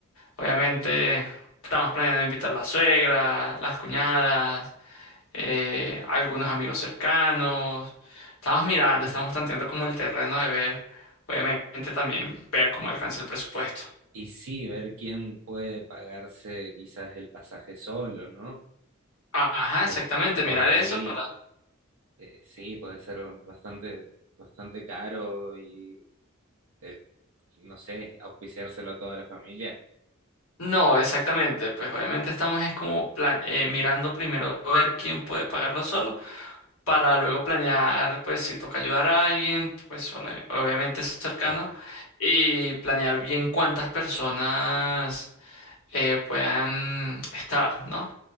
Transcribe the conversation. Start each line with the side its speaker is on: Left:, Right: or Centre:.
Left: Obviamente estamos planeando invitar la suegra, las cuñadas, eh, algunos amigos cercanos. Estamos mirando, estamos tanteando como el terreno de ver, obviamente también ver cómo alcanza el presupuesto.
Right: Y sí, ver quién puede pagarse quizás el pasaje solo, ¿no?
Left: Ajá,
Right: Porque
Left: exactamente,
Right: por
Left: mirar
Right: ahí,
Left: eso para...
Right: eh, sí, puede ser bastante, bastante caro y, eh, no sé, auspiciárselo a toda la familia.
Left: No, exactamente, pues obviamente estamos es como plan eh, mirando primero ver quién puede pagarlo solo para luego planear, pues si toca ayudar a alguien, pues ola- obviamente es cercano,
Right: Claro.
Left: y planear bien cuántas personas eh, puedan estar, ¿no?